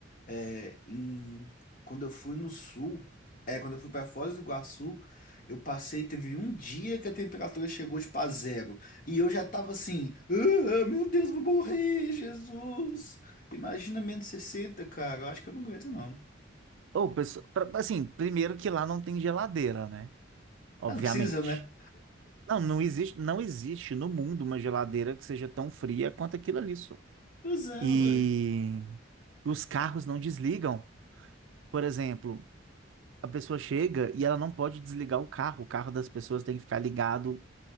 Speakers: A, on the left; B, on the right.
A: é, em- quando eu fui no sul, é, quando eu fui para Foz do Iguaçu, eu passei, teve um dia que a temperatura chegou tipo a zero. E eu já tava assim, "Ah, meu Deus, vou morrer, Jesus. Imagina menos 60, cara. Eu acho que eu não aguento, não.
B: Ou, pessoa- pra- assim, primeiro que lá não tem geladeira, né? Obviamente.
A: Ah, Não precisa, né?
B: Não, não existe, não existe no mundo uma geladeira que seja tão fria quanto aquilo ali, só.
A: Pois é,
B: E
A: ué.
B: os carros não desligam. Por exemplo, a pessoa chega e ela não pode desligar o carro. O carro das pessoas tem que ficar ligado,